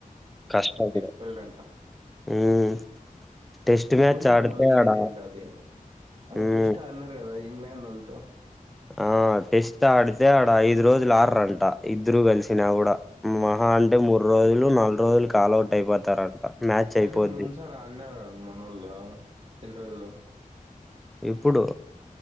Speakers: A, in the centre; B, on the right.
A: కష్టంగా
B: డిఫికల్ట్ అంట
A: హ్మ్ టెస్ట్ మ్యాచ్
B: బౌలింగ్
A: ఆడితే
B: కు మళ్ల
A: ఆడ
B: ఈజీ ఉంటాది అ
A: హ్మ్
B: టెస్ట్ ఆడినప్ కదా ఇంగ్లండోళతో
A: ఆ టెస్ట్ ఆడితే ఆడ ఐదు రోజులు ఆడ్రంట ఇద్దరు కలిసినా కూడా మహా అంటే మూడు రోజులు నాలుగు రోజులు కాల్వట్ అయిపోతారంట మ్యాచ్
B: కానీ
A: అయిపోద్ది.
B: ముందుసార అడ్నారు మనోళ్ళు హైదరాబాద్ లో
A: ఇప్పుడు